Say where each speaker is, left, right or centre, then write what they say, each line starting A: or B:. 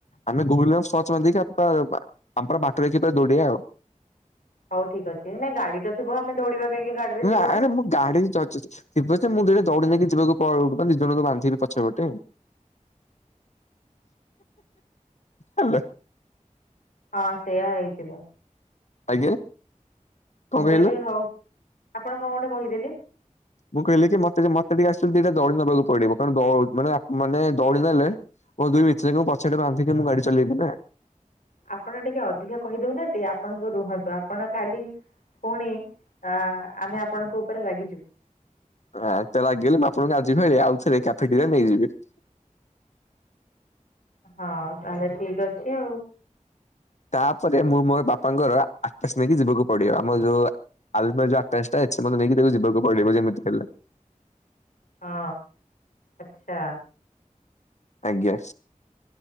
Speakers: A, on the left (about 60°); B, on the left (about 85°).
A: ଆମେ ଗୁଗୁଲରେ ସର୍ଚ୍ଚ ମାରିଦେଇକି ଆମର ବାଟ ଦେଖି ପୁରା ଦୌଡ଼ିବା ଆଉ?
B: ହଉ ଠିକ୍ ଅଛି ନାଇଁ ଗାଡି ତ ଥିବ ଆମେ ଦୌଡିବା କାହିଁକି ଗାଡିରେ
A: ନ
B: ଯିବା
A: ଆରେ
B: ନା।
A: ମୁଁ ଗାଡି ଚଚୁଛି ଥୀବଯେ ମୁଁ ଥିରେ ଥୀରେ ଦଉଡି ନେଇକି କିଛି ଲୋକ ନିଜ ଲୋକ ବାନ୍ଧିକି ପଛପଟେ ହାଲୋ।
B: ହଁ ସେୟା ହେଇଥିବ।
A: ଆଜ୍ଞା। କଣ
B: ମୁଁ
A: କହିଲ?
B: କହିଲି ହଉ ଆପଣ କଣ ଗୋଟେ କହିଦେଲେ?
A: ମୁଁ କହିଲି କି ମତେ ମତେ ଟିକେ ଆସିକି ଦିଟା ଦୌଡି ନେବାକୁ ପଡିବ କାରଣ ମାନେ ମାନେ ଦୌଡି ନେଲେ। ମୁଁ ଦୁଇ ମିତ୍ରଙ୍କୁ ପଛଆଡେ ବାନ୍ଧିକି ମୁଁ ଗାଡି ଚଲେଇବି ନା।
B: ଆପଣ ଟିକେ ଅଧିକା କହିଦଉନାହାନ୍ତି ଆପଣଙ୍କୁ ରୁହନ୍ତୁ ଆପଣ କାଲି ପୁଣି ଅ ଆମେ ଆପଣଙ୍କ ଉପରେ ରାଗିଯିବୁ
A: ହ ତ ରହିଲେ ଆପଣଙ୍କୁ ଆଜି ନୁହେଁ ଆଉଥରେ କ୍ୟାଫେଟେ ନେଇଯିବି।
B: ହଁ ତାହେଲେ ଠିକ ଅଛି ଆଉ।
A: ଆପରେ ମୁଁ ମୋର ବାପାଙ୍କର ଆପାଶ ନେଇକି ଯିବାକୁ ପଡିବ ଆମର ଯୋଉ ଆଲମର ଯଉ ଆପାସ ଟା ନେଇେକି ଜୀବାକୁ ପଡ଼ିବ ଯେମିତି ହେଲେ।
B: ହଁ ଆଛା।
A: ଆଜ୍ଞା